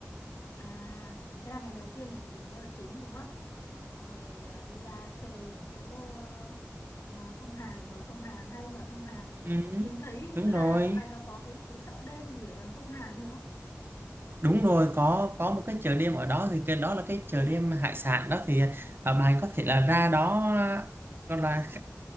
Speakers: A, on the left; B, on the right.
A: À, thế là ngày đầu tiên thì nghỉ ngơi chính đúng không? Xong rồi à, đi ra chơi ở chỗ ờ, ờ, sông Hàn, bờ sông Hàn, hai bên bờ sông Hàn.
B: ừ,
A: Mình thấy hình
B: đúng
A: như là
B: rồi
A: dạo này nó có cái cái chợ đêm gì ở gần sông Hàn đúng không?
B: đúng rồi có có một cái chợ đêm ở đó thì cái đó là cái chợ đêm hải sản đó thì à, bạn có thể là ra đó à, gọi là